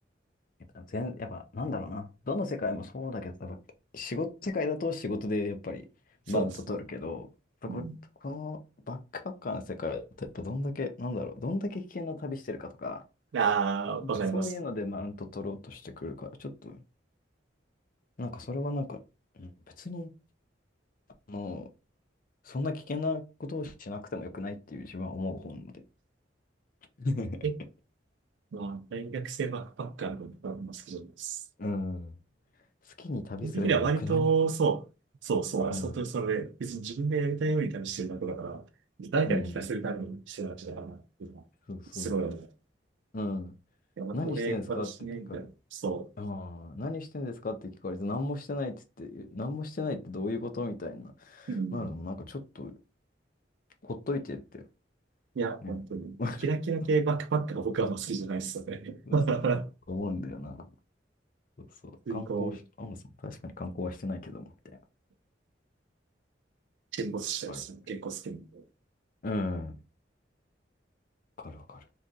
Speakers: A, on the left (about 50°); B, on the right (about 80°).
A: やっぱ全、やっぱなんだろうな。どの世界もそうだけど、多分仕事世界だと仕事でやっぱりバウント取るけど、
B: そうですね。
A: やっぱこ、
B: うん。
A: このバックパッカーの世界だとやっぱどんだけ、なんだろう、どんだけ危険な旅してるかとか、
B: ああ、
A: なんかそういうのでマウント取ろうとしてくるから、
B: わかります。
A: ちょっと、なんかそれはなんか、うん、別に、もう、そんな危険なことをしなくてもよくないっていう自分は思う方なので。<laughs>
B: え、まあ、大学生バックパッカーのことは、まあ、好きです。
A: うん。好きに旅すればよくない
B: 僕的には割と、そう、そうそう、はい本当にそれで、
A: うん。
B: 別に自分でやりたいように多分してるだけだから、誰かに聞かせるためにしてるわけだからっていうのは、
A: うん。そうそ
B: すごいよね。
A: う。うん。
B: いや、まあ俺、
A: 何してんですかって聞かれて、
B: 私ね、みたいな。そ
A: ああ、何してんですかって聞かれて、何もしてないって言って、何もしてないってどういうことみたいな。
B: う。うん。
A: なるのもなんかちょっと、ほっといてって、
B: いや、
A: ね。
B: 本当に。
A: <laughs>
B: キラキラ系バックパックが僕はあんま好きじゃないですよね。
A: そうそう、
B: <laughs> 普
A: 思うんだよな。そうそう。
B: 通にこう、
A: 観光し、アムさん、確かに観光はしてないけども、みたいな。
B: 沈没したりするの結構好きなんで。
A: わかる。うん。わかるわかる。